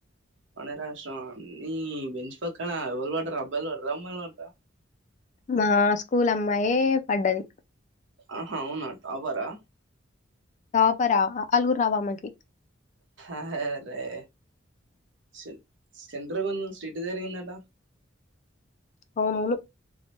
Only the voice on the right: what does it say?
మన రాష్ట్రం నీ బెంచ్ పక్కన ఎవరు పడ్డారు అబ్బయిలు పడ్డారా అమ్మాయిలు పడ్డారా
ఆహా అవున టాపర్ ఆ
అరే సె సెంటర్ <unintelligible> స్టిట్ జరిగిందట